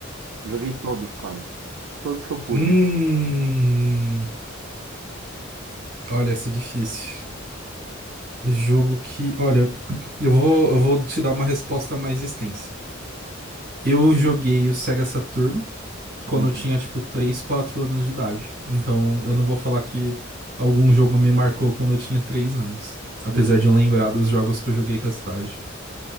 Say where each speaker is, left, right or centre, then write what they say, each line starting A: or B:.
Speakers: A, on the right; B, on the right.
A: Joguei todos quase. Todos que eu pude.
B: Hum. Olha, essa é difícil. Jogo que. Olha, eu vou, eu vou te dar uma resposta mais extensa. Eu joguei o Sega Saturno quando
A: Uhum.
B: eu tinha, tipo, 3 4 anos de idade. Então, eu não vou falar que algum jogo me marcou quando eu tinha 3 anos. Apesar
A: Uhum.
B: de eu lembrar dos jogos que eu joguei com essa idade.